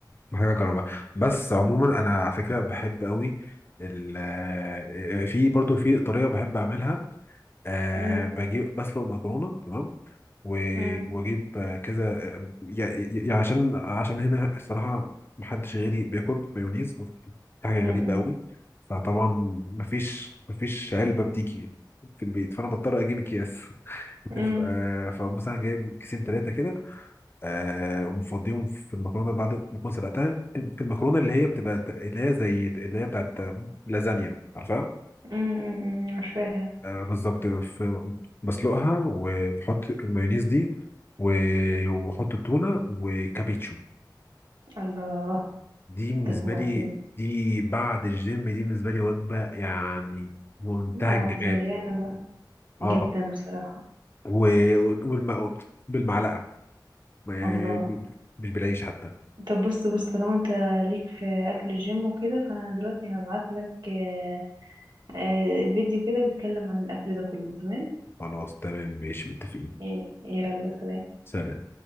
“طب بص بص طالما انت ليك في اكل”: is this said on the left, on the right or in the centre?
Right